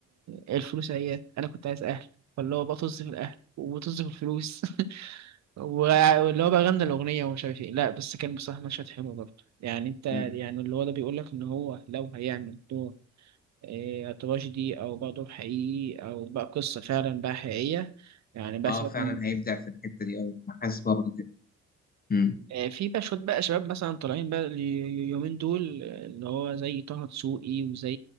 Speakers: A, on the right; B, on the left.
A: إيه الفلوس اهيت انا كنت عايز اهل فاللي هو بقى طز في الاهل وطز في الفلوس <laughs> و- واللي هو بقى غنى الاغنيه ومش عارف ايه لا بس كان بصراحه مشهد حلو برضه يعني انت يعني
B: مم.
A: اللي هو ده بيقول لك ان هو لو هيعمل دور آه تراجيدي او بقى دور حقيقي او بقى قصه فعلا بقى حقيقيه يعني بقى
B: اه
A: سيبك
B: فعلا
A: من
B: هيبدع في الحته دي قوي انا حاسس برضه كده مم.
A: آه، في بقى شوية بقى شباب مثلا طالعين بقى اليومين دول آه، اللي هو زي طه دسوقي وزي